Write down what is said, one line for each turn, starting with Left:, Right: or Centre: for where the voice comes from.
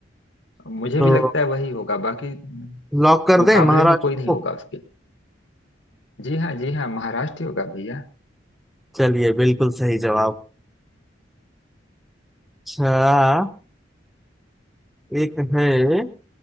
Left: मुझे
Centre: तो
Left: भी लगता है वही होगा बाकी
Centre: लॉक कर
Left: मुकाबले
Centre: दें महाराष्ट्र
Left: में कोई नहीं
Centre: को
Left: होगा उसके जी हाँ जी हाँ महाराष्ट्र ही होगा भैया
Centre: चलिए बिल्कुल सही जवाब अच्छा एक है